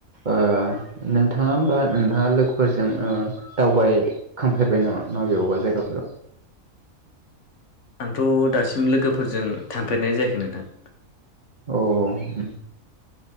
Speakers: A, on the right; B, on the left.
A: ओ नोंथाङा होमबा नोंथाङा लोगोफोरजों ओ दावबायखांफेरबाय नामा माबेयावबा जायगाफोराव?
B: आंथ' दासिम लोगोफोरजों थांफेरनाय जायाखै नोंथां।
A: औ उम।